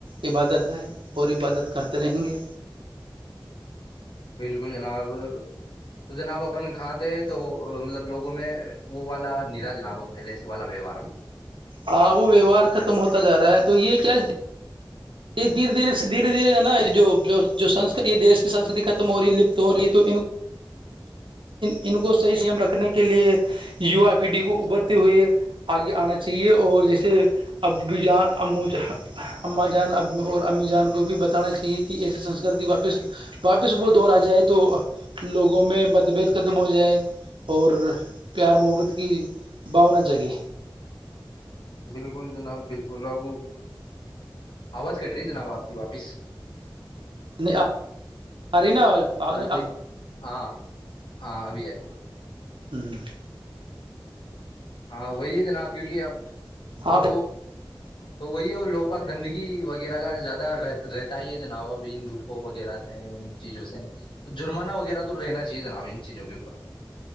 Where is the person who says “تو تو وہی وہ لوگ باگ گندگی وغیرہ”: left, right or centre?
Left